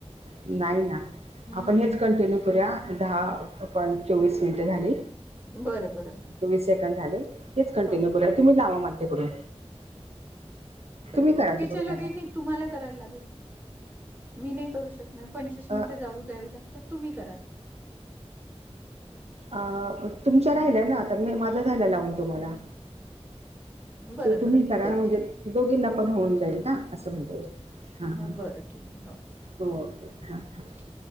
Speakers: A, on the right; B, on the right.
A: नाही ना
B: हम्म
A: आपण हेच कंटिन्यू करूया दहा पॉ चोवीस मिनटं झाली.
B: बरं बरं
A: चोवीस सेकंद झाले. तेच कंटिन्यू
B: हो
A: कूरा तुम्ही लावा मतेकडून
B: बरोबर
A: तुम्ही करा
B: त्याच्या
A: तीकडून
B: लगेने
A: आता.
B: तुम्हाला करायला लागेल मी नाही करू शकणार पंचवीस
A: अ
B: मिनिटं जाऊू द्यावी लागतात. तुम्ही करा.
A: अ तुमच्या राहिल्या ना आता मी माझ्या झाला लावून तुम्हाला.
B: बरं
A: तर तुम्ही
B: बरं मी
A: करा
B: करते
A: ना म्हणजे दोघींना पण होऊन जाईल ना. असं म्हणता येईल. हा ह.
B: बरं ठीक आहे हो
A: ओके हां हां
B: ठीक.